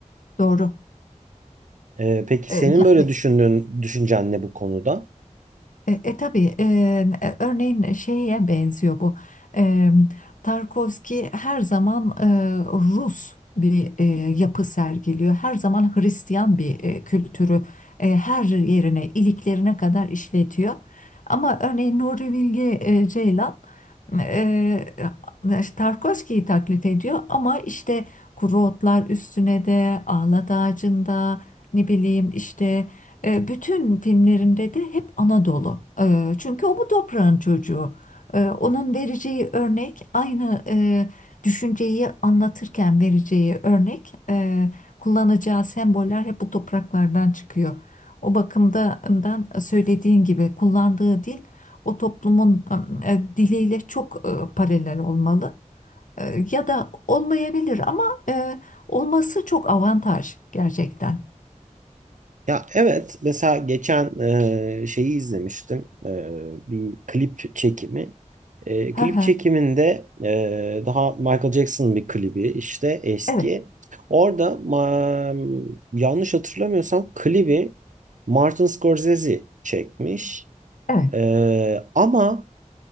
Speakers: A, on the left; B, on the right.
A: Doğru.
B: E, peki
A: E,
B: senin
A: ya-
B: böyle düşündüğün düşüncen ne bu konuda?
A: E, e tabii e, örneğin şeye benziyor bu. E, Tarkovski her zaman e, Rus bir e, yapı sergiliyor. Her zaman Hristiyan bir e, kültürü e, her yerine, iliklerine kadar işletiyor. Ama örneğin Nuri Bilge e, Ceylan e, Tarkovski'yi taklit ediyor ama işte kuru otlar üstüne de, ağlat ağacında, ne bileyim işte e, bütün filmlerinde de hep Anadolu. E, çünkü o bu toprağın çocuğu. E, onun vereceği örnek aynı e, düşünceyi anlatırken vereceği örnek e, kullanacağı semboller hep bu topraklardan çıkıyor. O bakımdan söylediğin gibi kullandığı dil o toplumun e, diliyle çok e, paralel olmalı. E, ya da olmayabilir ama e, olması çok avantaj gerçekten.
B: Ya evet mesela geçen e, şeyi izlemiştim E, bir klip çekimi. E,
A: <laughs>
B: klip
A: Hı hı.
B: çekiminde e, daha Michael Jackson'ın bir klibi işte eski.
A: Evet,
B: Orada ma- yanlış hatırlamıyorsam klibi Martin Scorsese çekmiş.
A: evet.
B: E, ama